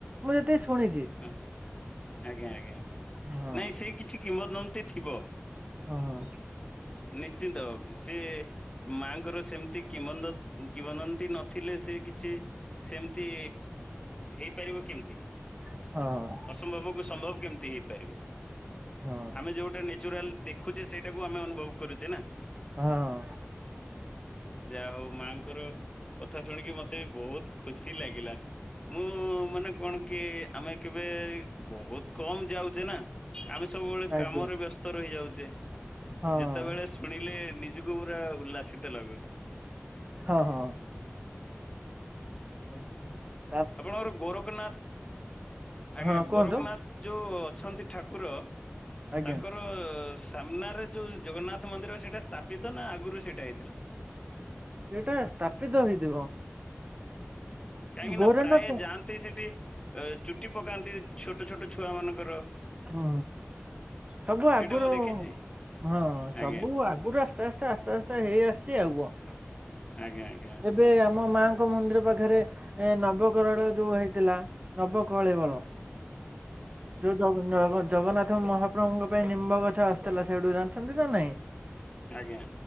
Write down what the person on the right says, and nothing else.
ମୁଁ ଯେତିକି ଶୁଣିଛି।
ହଁ
ହଁ ହ।
ହଁ।
ହଁ
ହଁ।
ଆଜ୍ଞା
ହଁ
ହଁ ହଁ ଆଜ୍ଞା
ହଁ କୁହନ୍ତୁ
ଆଜ୍ଞା
ସେଇଟା ସ୍ଥାପିତ ହେଇଥିବ।
ଗୋରେନ
ହୁଁ ସବୁ ଆଗରୁ
ହଁ ସବୁ
ଆଗରୁ ଆସ୍ତେ ଆସ୍ତେ ଆସ୍ତେ ଆସ୍ତେ ହେଇ ଆସିଛି ଆଉ କଣ
ଏବେ ଆମ ମାଙ୍କ ମନ୍ଦିର ପାଖରେ ଏ ନବକରଳ ଯୋଉ ହେଇଥିଲା ନବ କଳେବର
ଯୋଉ ଜଗନ ଜଗନ୍ନାଥ ମହାପ୍ରଭୁଙ୍କ ପାଇଁ ନିମ୍ବ ଗଛ ଆସିଥିଲା ସେଇଠୁ ଜାଣିଛନ୍ତି ନା ନାଇଁ